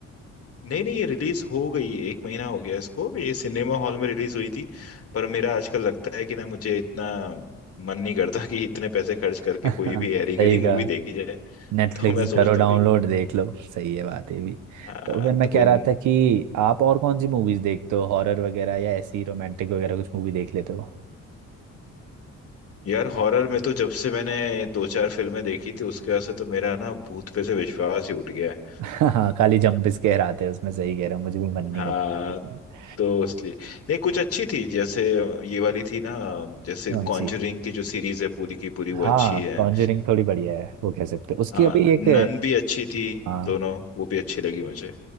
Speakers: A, on the left; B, on the right.
A: नहीं नहीं ये रिलीज हो गई एक महीना हो गया इसको ये सिनेमा हॉल में रिलीज हुई थी पर मेरा आजकल लगता है कि ना मुझे इतना मन नहीं करता कि इतने पैसे खर्च
B: <laughs>
A: करके कोई भी हैरी गैरी
B: सही कहा
A: मूवी देखी जाए
B: नेटफ्लिक्स
A: तो मैं सोचता
B: करो डाउनलोड
A: हूँ कि
B: देख लो सही है बात है भी
A: हाँ,
B: तो फिर
A: तो
B: मैं
A: कोई
B: कह रहा था कि आप और कौन सी मूवीज देखते हो हॉरर वगैरह या ऐसी रोमांटिक वगैरह कुछ मूवी देख लेते हो
A: यार हॉरर में तो जब से मैंने दो चार फिल्में देखी थी उसके बाद से तो मेरा ना भूत पे से विश्वास ही उठ गया है
B: <laughs> हाँ खाली जंप स्केयर आते हैं उसमें सही कह रहे हो मुझे भी मन नहीं
A: हाँ
B: करता देखने का।
A: तो इसलिए नहीं कुछ अच्छी थी जैसे ये वाली थी ना जैसे
B: कौन
A: कॉन्जरिंग
B: सी
A: की जो सीरीज है पूरी की पूरी वो
B: हाँ
A: अच्छी है
B: कॉन्जरिंग थोड़ी बढ़िया है वो कह सकते हो उसकी
A: हाँ
B: अभी एक
A: नन भी अच्छी थी
B: हाँ
A: दोनों वो भी अच्छी लगी मुझे